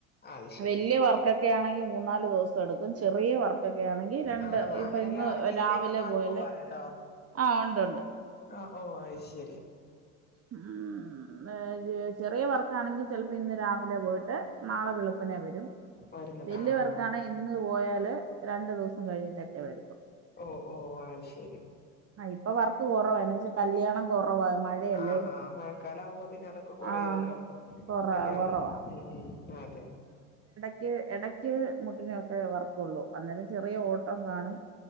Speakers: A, on the left (about 25°); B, on the right (about 35°).
A: അത് ശരി
B: വലിയ വർക്കൊക്കെ ആണെങ്കി മൂന്നാല് ദിവസം എടുക്കും ചെറിയ വർക്കൊക്കെ ആണെങ്കിൽ രണ്ട്
A: ആ ആ
B: ഇപ്പൊ
A: അങ്ങനെയല്ല
B: ഇന്ന്
A: ജില്ലയൊക്കെ
B: രാവിലെ
A: മാറി
B: പോയല്
A: പോവാറുണ്ടോ
B: ആ ഒണ്ട്
A: ആ ഓ ഓ അയി ശരി
B: ഉം ചെറിയ വർക്കാണെങ്കിൽ ചിലപ്പോ ഇന്ന് രാവിലെ പോയിട്ട് നാളെ വെളുപ്പനെ വരും
A: വരുന്നത്
B: വല്യ
A: ആഹ്
B: വർക്കാണെ
A: ആഹ്
B: ഇന്ന് പോയാല- പിന്നെ രണ്ടു ദിവസം കഴിഞ്ഞിട്ടൊക്കെ വരുതൊള്ളൂ
A: ഓ ഓ അത് ശരി
B: ആ ഇപ്പൊ വർക്ക് കുറവയെന്നു വച്ചാൽ കല്യാണം കുറവാ മഴയല്ലേ
A: ആ ആഹ മഴക്കാല ആകുമ്പോ പിന്നെ അതൊക്കെ കുറയുമല്ലോ
B: ആഹ് കൊറ
A: കല്യാണവും
B: കൊറവാ
A: ഉം ഉം അതൊക്കെ
B: ഏ <unintelligible> ഇടയ്ക്ക് മുട്ടിനോക്കെ വറപ്പ <unintelligible> ള്ളൂ അന്നേരം ചെറിയ ഓട്ടം കാണും